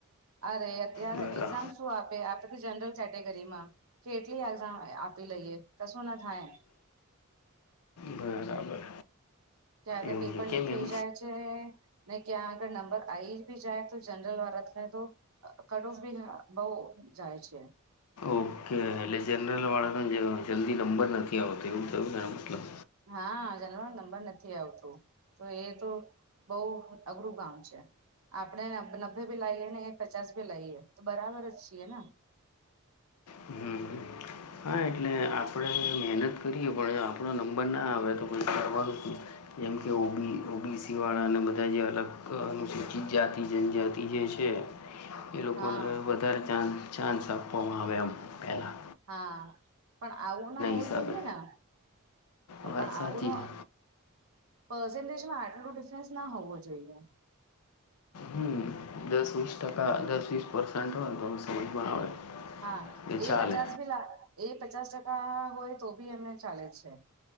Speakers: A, on the right; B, on the left.
A: અરે અત્યારે
B: બરા
A: એક્ઝામસ શું આપે આપણે જનરલ કેટેગરી માં કેટલી એક્ઝામ આપી લઈએ, કશું ના થાય.
B: બરાબર
A: ત્યારે તો
B: એવું
A: પેપર
B: છે
A: લીક
B: કેમ
A: થઇ
B: એમ
A: જાય છે. ને ક્યા આગળ નંબર આઈ ભી જાય તો જનરલ વાળાને તો અ કટ ઓફ બી બહુ જાય છે.
B: ઓકે એટલે જનરલવાળાનો જ જલ્દી નંબર નથી આવતો, એવું થયું ને એનો મતલબ
A: હા જનરલ નંબર નથી આવતો. તો એ તો બઉ અઘરું કામ છે. આપણે નબે ભી લાઈએ ને એક પચાસ ભી લાઈએ તો બરાબર જ છીએ ને
B: હમ હ હા એટલે આપણે મહેનત કરીએ પણ જો આપણો નંબર ના આવે તો પછી કરવાનું શું. જેમ કે ઓબી ઓબીસી વાળા અને બધા જે અલગ અનુસૂચિત જાતિ જનજાતિ જે છે. એ લોકોને
A: હા
B: વધારે ચાન ચાન્સ આપવામાં આવ એમ પહેલા.
A: હા. પણ આવું ના હોવું
B: હિસાબે
A: જોઈએ ને તો
B: વાત
A: પણ
B: સાચી
A: આવું ન
B: છે
A: પર્સેન્ટેજમાં આટલું ડિફરન્સ ના હોવો જોઈએ.
B: હમ દસ વીસ ટકા દસ વીસ પર્સેંટ હોય તો સમજ પણ આવે.
A: હા
B: કે
A: એ
B: ચાલે
A: પચાસ ભી લા એ પચાસ ટકા હોય તો બી એમને ચાલે છે